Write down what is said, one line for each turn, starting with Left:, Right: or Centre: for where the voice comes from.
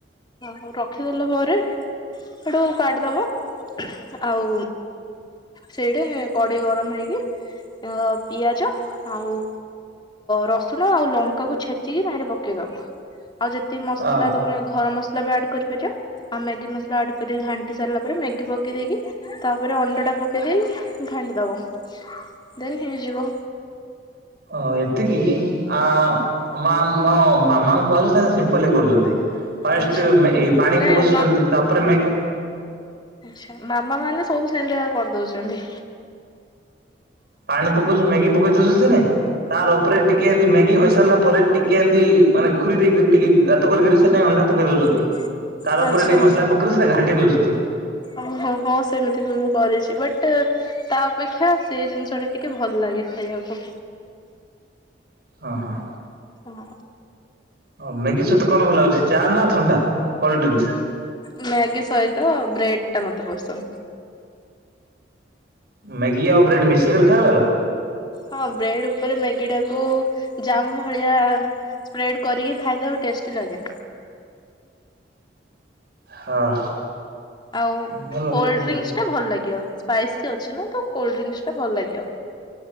Left: ଆଉ ରଖି ଦେଲା ପରେ। ସେଇଠୁ କାଢ଼ି ଦବ। ଆଉ ସେଇଟା କଡ଼େଇ ଗରମ ହେଇକି। ଆଁ ପିଆଜ ଆଉ ରସୁଣ ଆଉ ଲଙ୍କା କୁ ଛେଚିକି ସେଇଠି ପକେଇ ଦବ। ଆଉ ଯେତିକି ମସଲା
Right: ଅ
Left: ତମେ ଘର ମସଲା ବି ଆଡ୍ କରି ପାରିବ ଆଉ ମ୍ୟାଗି ମସଲା ଆଡ୍ କରିକି ଘାଣ୍ଟି ସାରିଲା ପରେ ମ୍ୟାଗି ପକେଇ ଦେଇକି ତାପରେ ଅଣ୍ଡା ଟା ପକେଇ ଦେଇକି ଘାଣ୍ଡି ଦବ ଦେନ୍ ହେଇଯିବ।
Right: ହଁ ଏତିକି କି ଆ ମା ମୋ ମାମାଙ୍କୁ କହିଲି ତାର ସେ ସିମ୍ପଲ୍ କରୁଚନ୍ତି। ଫାଷ୍ଟେ
Left: ଆଛା
Right: ମାନ୍ ଏ ପାଣି
Left: ନାଇଁ
Right: ପକୋଉସସନ୍ତି ତାପରେ ମ୍ୟାଗି
Left: ଆଚ୍ଛା ମାମା ମାନେ ସବୁ ସେମିତିଆ କରି ଦୋଉଚନ୍ତି।
Right: ପାଣି ପକୋଉଛନ୍ତି ମ୍ୟାଗି ବି ପକୋଉଚନ୍ତି ସେନେ ତାର ଉପରେ ଟିକେ ଏମିତି ମ୍ୟାଗି ହୋଇ ସାରିଲା ପରେ। ଟିକେ ଏମିତି ମାନେ ଖୁରୀ ଦେଇକିରି ଟିକେ ଗାତ କରିକରି ସେ ଥିରେ ଅଣ୍ଡା ପକେଇ ଦୋଉଛନ୍ତି।
Left: <inaudible>
Right: ତାର ଉପରେ
Left: ଆଛା
Right: ଟିକେ ମସଲା ପକେରି ସେରା ଘାଣ୍ଟି ଦୋଉଚନ୍ତି।
Left: ଓହୋ ହଁ ସେମିତି ବି ମୁଁ କରିଚି ବଟ୍ ତା ଅପେକ୍ଷା ସେ ଜିନିଷ ଟା ଟିକେ ଭଲ ଲାଗେ ଖାଇବାକୁ।
Right: ଅ ହ।
Left: ହଁ।
Right: ଅ ମ୍ୟାଗି ସହିତ କଣ ଭଲ ହାଗୁଚି ଚା ନା ଥଣ୍ଡା କୋଲଡ୍ରିଙ୍କସ?
Left: ମ୍ୟାଗି ସହିତ ବ୍ରେଡ ଟା ମତେ ପସନ୍ଦ।
Right: ମ୍ୟାଗି ଆଉ ବ୍ରେଡ଼୍ ମିଶିକରି ଖାଇବାର?
Left: ହଁ ବ୍ରେଡ ଉପରେ ମ୍ୟାଗି ଟାକୁ ଜାମ ଭଳିଆ ସ୍ପ୍ରେଡ୍ କରିକି ଖାଇଦବ ଟେଷ୍ଟି ଲାଗେ।
Right: ହଁ।
Left: ଆଉ
Right: ଭଲ ହୁଁ
Left: କୋଲଡ୍ରିଙ୍କସ ଟା ଭଲ ଲାଗିବ ସ୍ପାଇସି ଅଛି ନା ତ କୋଲଡ୍ରିଙ୍କସ ଟା ଭଲ ଲାଗିବ।